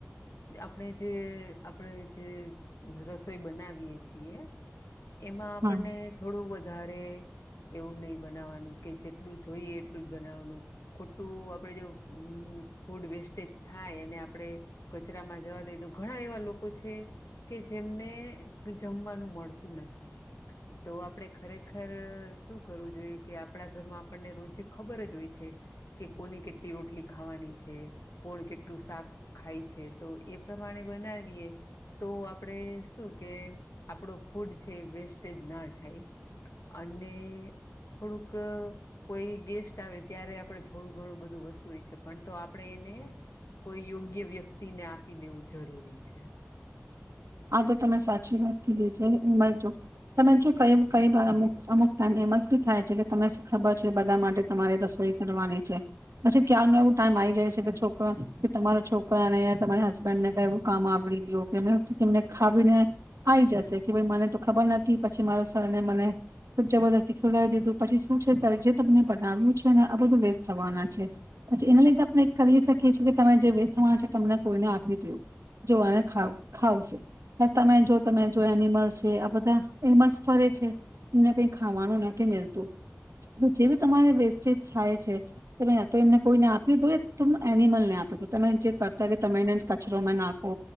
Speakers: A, on the left; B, on the right.
A: આપણે જે આપણે જે રસોઈ બનાવીએ છીએ એમાં આપણને
B: હા
A: થોડું વધારે એવું નહીિ બનાવવાનું કે જેટલું જોઈએ એટલું જ બનાવાનું ખોટું આપણેે જો ફૂડ વેસ્ટેજ થાય અને આપણે કચરામાં જવા દઈ તો ઘણા એવા લોકો છે કે જેમને જમવાનું મળતું નથી તો આપણે ખરેખર શું કરવું જોઈએ કે આપણા ઘરમાં આપણને રોજ ખબર જ હોય છે કે કોની કેટલી રોટલી ખાવાની છે કોણ કેટલું શાક ખાય છે તો એ પ્રમાણે બનાવીએ તો આપણેે શું કે આપણો ફૂડ છે વેસ્ટેજ ના જાય અને થોડુંક કોઈ ગેસ્ટ આવે ત્યારે આપણે થોડું ઘણું બધું વધતું હોય છે પણ તો આપણે એને કોઈ યોગ્ય વ્યક્તિને આપી દેવું જરૂરી છે
B: આ તો તમે સાચી વાત કીધી છે. <unintelligible> તમે જો કઈ-કઈ વાર અમુક-અમુક ટાઈમ એમ જ બી થાય છે કે તમે ખબર છે બધા માટે તમારે રસોઈ કરવાની છે, પછી ક્યાનો એવું ટાઈમ આવી જાય છે કે છોક કે તમારા છોકરાને, તમારા હસબેન્ડ ને કાઈ કામ આવડી ગયું કે કેમને ખાવીને આઈ જશે, કે ભઈ મને તો ખબર નથી પછી મારો સરને મને ખબ જબરદસ્તી ખવડાવી દીધું, પછી શું છે તારે જે તમને બનાવ્યું છે ને આ બધું વેસ્ટ થવાના છે. પછી એના લીધે આપણે કરી શકીએ છીએ કે તમે જે વેસ્ટ થવાના છે તમને કોઈને આપી દયો, જોવાને ખાવ ખાવશે. ને જો તમે જો તમે જો એનિમલસ હોય આ બધા એમ જ ફરે છે એમને કંઈ ખાવાનું નથી મિલતું. તો જે બી તમારે વેસ્ટેજ થાય છે તમે યા તો એમને કોઈને આપી દો યા તમે એનિમલને આપી દો. તમે જે કરતા <unintelligible> તમે એને કચરોમાં નાખો,